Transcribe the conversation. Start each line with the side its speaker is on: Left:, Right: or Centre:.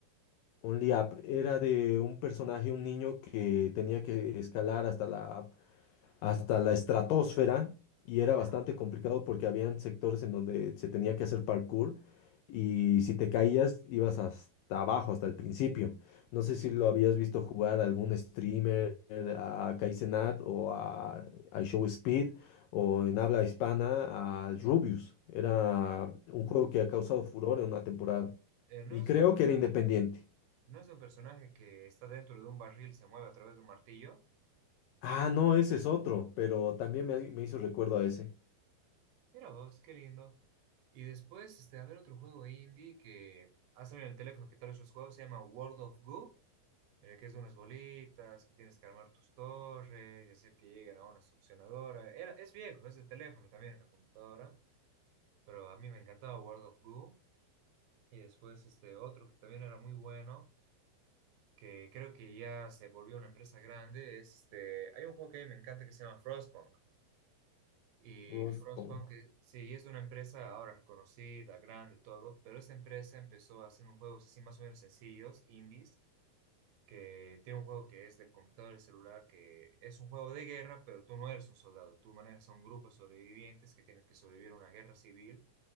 Left: Only Up era de un personaje, un niño que tenía que escalar hasta la hasta la estratosfera y era
Right: Ya.
Left: bastante complicado porque habían sectores en donde se tenía que hacer parkour y si te caías ibas hasta abajo, hasta el principio. No sé si lo habías visto jugar a algún streamer, a Kai Cenat o a, a Show Speed o en habla hispana al Rubius. Era
Right: Eh,
Left: un
Right: No,
Left: juego que ha causado furor en una temporada
Right: eh, no
Left: y
Right: es
Left: creo
Right: de un personaje,
Left: que era independiente.
Right: no es de un personaje que está dentro de un barril, se mueve a través de un martillo.
Left: Ah, no, ese es otro, pero también me, me hizo recuerdo a ese.
Right: Mira vos, qué lindo. Y después, este, a ver otro juego indie que ha salido en el teléfono, que tal vez los juegos, se llama World of Goo. eh, que es de unas bolitas, que tienes que armar tus torres y hacer que lleguen a una succionadora. Era, es viejo, es de teléfono también en la computadora, pero a mí me encantaba World of Goo. Y después este otro que también era muy bueno, que creo que ya se volvió una empresa grande, es este, hay un juego que a mí me encanta que se llama Frostpunk. Y
Left: Frostpunk.
Right: Frostpunk, eh, sí, es una empresa ahora reconocida, grande, todo, pero esta empresa empezó haciendo juegos así más o menos sencillos, indies, que tiene un juego que es de computador y celular, que es un juego de guerra, pero tú no eres un soldado, tú manejas a un grupo de sobrevivientes que tienen que sobrevivir a una guerra civil.